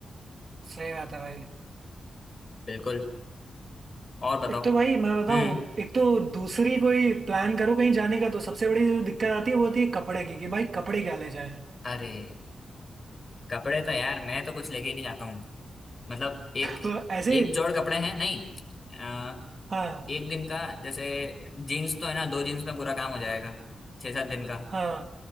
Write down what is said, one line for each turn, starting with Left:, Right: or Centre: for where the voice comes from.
Right: सही बात है भाई
Left: बिल्कुल और बताओ
Right: एक तो भाई मैं बताऊं
Left: हम्म
Right: एक तो दूसरी कोई प्लान करो कहीं जाने का तो सबसे बड़ी जो दिक्कत आती है वो होती है कपड़े की कि भाई कपड़े क्या ले जाएं <laughs>
Left: अरे कपड़े तो यार मैं तो कुछ लेके ही नहीं जाता हूँ मतलब एक
Right: तो ऐसे
Left: एक जोड़ कपड़े हैं नहीं अ,
Right: हाँ
Left: एक दिन का जैसे जीन्स तो है ना दो जीन्स में पूरा काम हो जाएगा छह सात दिन का
Right: हाँ